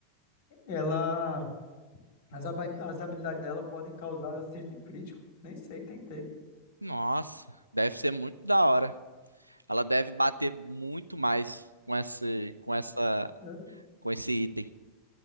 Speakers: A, on the left; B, on the right.
A: Ela As, haba- as habilidades dela podem causar acerto crítico. Nem sei, tentei.
B: Nossa, deve ser muito da hora. Ela deve bater muito mais com esse, com essa,
A: Eu
B: com esse item.